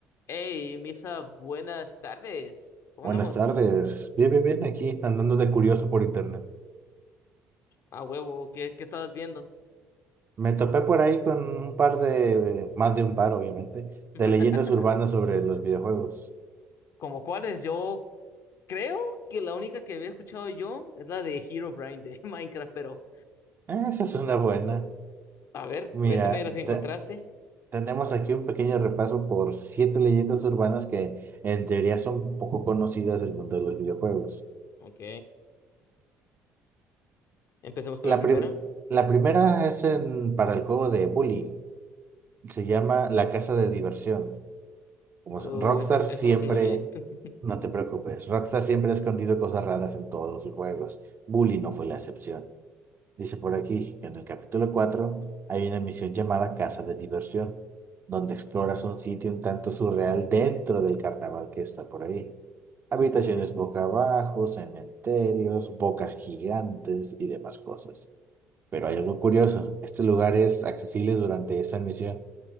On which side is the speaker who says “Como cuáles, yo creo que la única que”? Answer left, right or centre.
Left